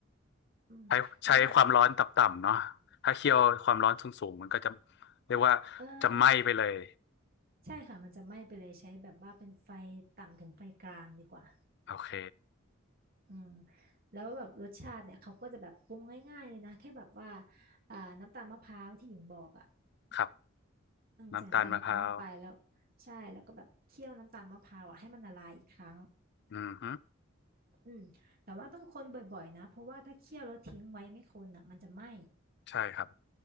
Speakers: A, on the right; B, on the left.
A: อืมแล้วแบบ
B: ใช้ใช้ความร้อนต่ำๆเนาะถ้าเคี่ยวความร้อนสูงๆมันก็จะเรียกว่าจะไหม้ไปเลย
A: เออใช่ค่ะมันจะไหม้ไปเลยใช้แบบว่าเป็นไฟต่ำถึงไฟกลางดีกว่า
B: โอเค
A: อืมแล้วแบบรสชาติเนี่ยเขาก็จะแบบปรุงง่ายๆเลยนะแค่แบบว่าอ่าน้ำตาลมะพร้าวที่หญิงบอกอ่ะ
B: ครับ
A: อืมใส่น้ำตาลมะพร้าวลงไปแล้ว
B: น้ำตาลมะพร้าว
A: ใช่แล้วก็แบบเคี่ยวน้ำตาลมะพร้าวอ่ะให้มันละลายอีกครั้ง
B: อืมฮึ
A: อืมแต่ว่าต้องคนบ่อยๆนะเพราะว่าถ้าเคี่ยวแล้วทิ้งไว้ไม่คนอ่ะมันจะไหม้
B: ใช่ครับ